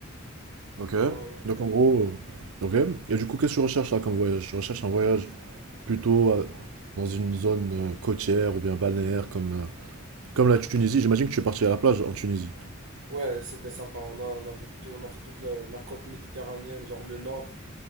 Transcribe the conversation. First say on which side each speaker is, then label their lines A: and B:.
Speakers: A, on the right; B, on the right.
A: Ok,
B: Euh,
A: donc en gros, euh, ok. Et du coup, qu'est-ce que tu recherches là comme voyage? Tu recherches un voyage plutôt euh, dans une zone euh, côtière ou bien balnéaire comme, euh, comme la Tunisie. J'imagine que tu es parti à la plage en Tunisie.
B: ouais, c'était sympa. On a, on a vu tout- on a fait toute la, la côte méditerranéenne, genre le nord.